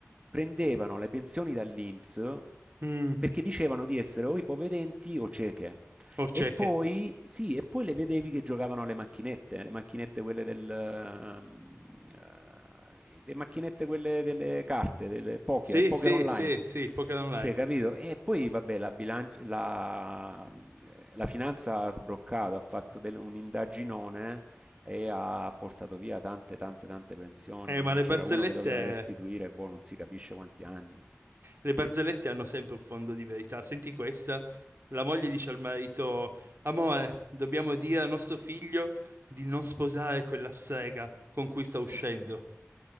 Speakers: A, on the right; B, on the right.
A: prendevano le pensioni dall'INPS
B: Mm,
A: perché dicevano di essere o ipovedenti o cieche.
B: o cieche.
A: E poi, sì, e poi le vedevi che giocavano alle macchinette, le macchinette quelle del... Uh, le macchinette quelle delle carte, del poker,
B: Sì,
A: poker
B: sì,
A: online.
B: sì, sì, Poker Online.
A: Cioè, capito? E poi, vabbè, la, bilancia, la, eh, la finanza ha sbroccato, ha fatto del, un indaginone e ha portato via tante, tante, tante pensioni.
B: Eh, ma le
A: E c'era
B: barzellette,
A: uno che doveva restituire, boh, non si capisce quanti anni.
B: le barzellette hanno sempre un fondo di verità. Senti questa, la moglie dice al marito, amore, dobbiamo dire a nostro figlio di non sposare quella strega con cui sta uscendo.
A: Sì.